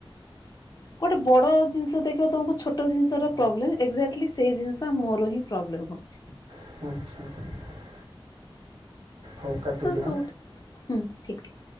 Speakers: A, on the left; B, on the right.
A: ଗୋଟେ ବଡ ଜିନିଷ ଦେଖିବା ତମକୁ ଛୋଟ ଜିନିଷର ପ୍ରୋବ୍ଲେମ ଏକ୍ଜାଟ୍ଲି ସେଇ ଜିନିଷ ମୋର ହିଁ ପ୍ରୋବ୍ଲେମ୍ ହେଉଛି।
B: <unintelligible> ହଉ କାଟିଦିଅ।
A: ହଁ ଚଉଠି ହୁଁ ଠିକ ଠିକ